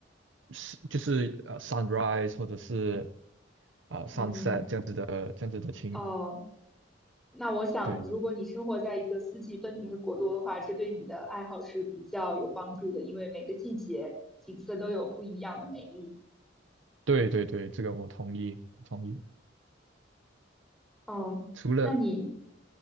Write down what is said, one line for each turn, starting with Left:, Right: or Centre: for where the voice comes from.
Right: 是就是呃 sunrise 或者是啊、sunset
Centre: 嗯，
Right: 这样子的这样子的情，
Centre: 哦，那我想，
Right: 对
Centre: 如果你生活在一个四季分明的国度的话，这对你的爱好是比较有帮助的，因为每个季节景色都有不一样的美丽。
Right: 对对对，这个我同意同意。
Centre: 哦，
Right: 除了
Centre: 那你，